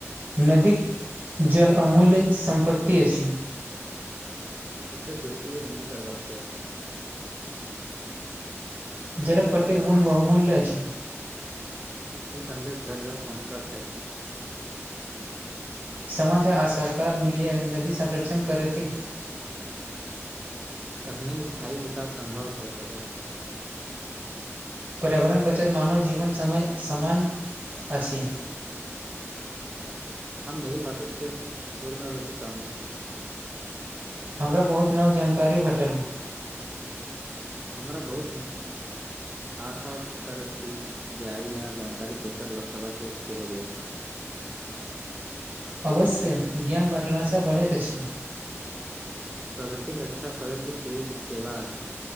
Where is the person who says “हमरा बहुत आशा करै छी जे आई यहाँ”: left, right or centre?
Right